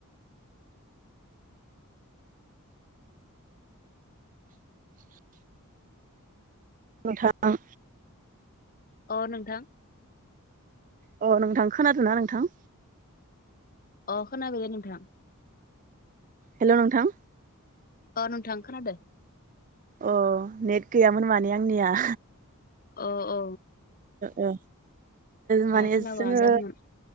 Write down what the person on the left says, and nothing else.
अ नोंथां।
अ खोनादों नोंथां
अ नोंथां खोनादो
अ अ
खोनाब्ला
जादोंमोन